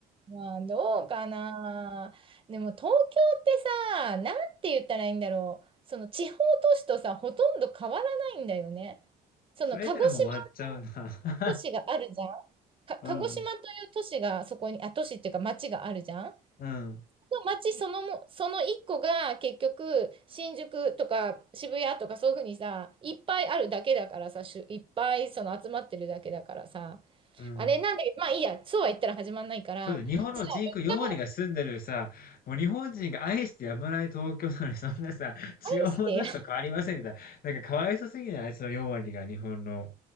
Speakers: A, on the right; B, on the left.
A: まあどうかな。でも東京ってさ、なんて言ったらいいんだろう。その地方都市とさ、ほとんど変わらないんだよね。その鹿児島の
B: それったらもう終わっちゃうな。
A: 都市があるじゃん。か、鹿児島という都市がそこに、
B: うん。
A: あ、都市っていうか町があるじゃん。
B: うん。
A: の街そのも、その一個が結局、新宿とか渋谷とかそういうふうにさ、いっぱいあるだけだからさ、しゅいっぱいその集まってるだけだからさ、
B: うん。
A: あれなんだけど、まあいいや、そうは言ったら始まんないから、
B: そうだ日本の人口4割が住んでるさ、
A: じゃあ、みっかも
B: もう日本人が愛してやまない東京なのに、そんなさ、地方都市と変わりませんみたいな。
A: 愛してや。<laughs>
B: なんかかわいそうすぎない？その4割が日本の。